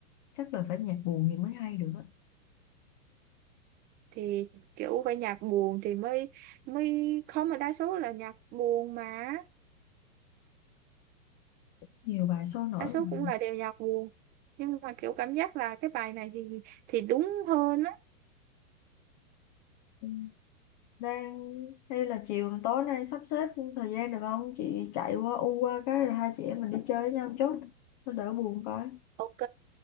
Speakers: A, on the left; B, on the right.
A: chắc là phải nhạc buồn thì mới hay được á
B: thì kiểu phải nhạc buồn thì mới mới không mà đa số là nhạc buồn mà
A: nhiều bài sôi nổi
B: đa số
A: mà
B: cũng là đều nhạc buồn nhưng mà kiểu cảm giác là cái bài này thì thì đúng hơn á
A: Ừ. đang hay là chiều tối nay sắp xếp thời gian được không chị chạy qua u qua cái rồi hai chị em mình đi chơi với nhau một chút cho đỡ buồn coi
B: ok